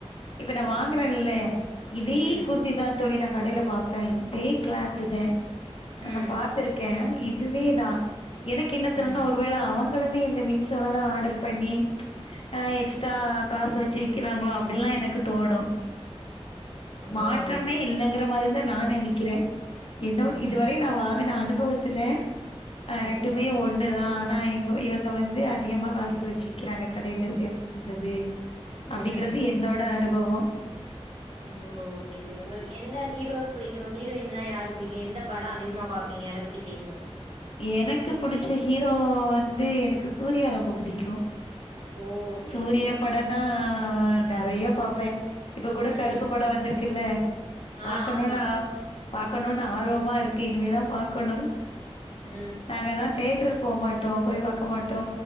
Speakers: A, on the left; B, on the right.
A: இப்ப நா வாங்கறன்னல்ல இதே
B: ம்
A: குர்திதான் தோழி நா கடைல பாப்பேன் இதே கிளாத்துதேன் ஆனா
B: ம்
A: பா த்திருக்கேன் இதுவேதா எனக்கு என்னத்தோணுன்னா
B: ம்
A: ஒரு ஒருவேள அவுங்களுமே இந்த மீசோலதான் ஆர்டர் பண்ணி ஆஹ் எக்ஸ்ட்ரா காசு வச்சு விக்கிறாங்களோ அப்டின்ல்லா எனக்கு தோணும் மாற்றமே
B: ஓ ஓகே
A: இல்லங்கற
B: ஓகே
A: மாதிரிதா நா நனைக்கிற என்னோ
B: ம்
A: இதுவரை நா வாங்குன அனுபவத்துல ஆ
B: ம்
A: ரெண் ஒண்ணுதா ஆனா இங்க இவங்க வந்து அதிகமா காசு வச்சு விக்கிறாங்க கடைல சேல்ஸ் பண்றது அப்டிங்கறது
B: ம்
A: என்னோட அனுபவ
B: ஒ ஓகே இப்போ உங்களுக்கு எந்த ஹீரோஸ் புடிக்கு ஹீரோயின்லா யாரு புடிக்கு எந்த படம் அதிகமா பாப்பீங்க அத பத்தி பேசுவோ
A: எனக்கு புடிச்ச ஹீரோ வந்து எனக்கு சூர்யா ரொம்ப புடிக்கும்
B: ஓ ஓகே
A: சூரியா
B: ஓகே
A: படனா நெறைய பாப்ப இப்பக்கூட
B: ம்
A: கருப்பு பட வந்திருக்குல்ல
B: ஆ
A: பாக்கணும்ன்னு
B: ஆமா
A: ஆ பாக்கணுனு ஆர்வமா இருக்கு இனிமேதா பாக்கணு
B: ம்
A: நாங்களா தேட்ரு போமாட்டோ போய் பாக்க மாட்டோ